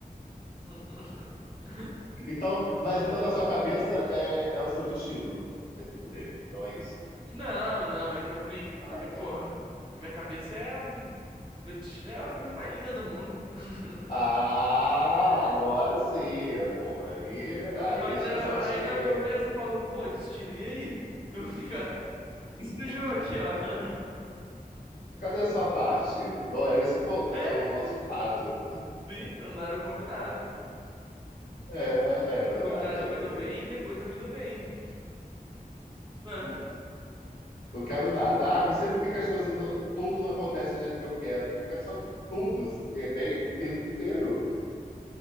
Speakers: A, on the right; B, on the left.
A: <laughs>
B: Então, mas então na sua cabeça é, é o seu destino, é se fuder. Então é isso.
A: Não, não, é que eu brinco, porque,
B: Ah,
A: pô,
B: tá.
A: na minha cabeça é. Meu destino é a coisa mais linda do mundo. <laughs>
B: Ah, agora sim, pô. Aí, aí
A: Mas
B: já
A: aí, eu-
B: sou
A: aí
B: de quieto,
A: não acontece, eu falo,
B: pô.
A: pô, destino, e aí? <laughs> Eu vou ficar nesse jogo aqui, ó. <laughs>
B: Cadê a sua parte? Não era isso o contra-
A: É,
B: o nosso trato.
A: sim, não era o combinado, pô.
B: É, é verdade,
A: O combinado é eu
B: aí
A: me dou
B: tem
A: bem,
B: isso.
A: depois eu me dou bem. <laughs>
B: Não quero nada. Ah, não sei por que que as coisas, do- tudo não acontece do jeito que eu quero. Porque eu quero só que tudo se dê bem o tempo inteiro.